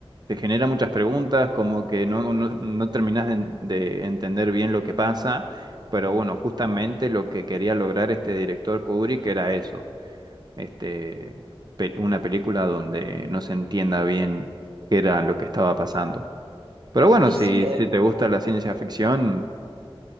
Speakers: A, on the right (about 45°); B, on the right (about 75°).
A: te genera muchas preguntas, como que no, no, no no terminás de, de entender bien lo que pasa, pero bueno, justamente lo que quería lograr este director Kubrick era eso, este, pe- una película donde no se entienda bien qué era lo que estaba pasando. Pero bueno,
B: Y
A: si,
B: sí, eh,
A: si te gusta la ciencia ficción,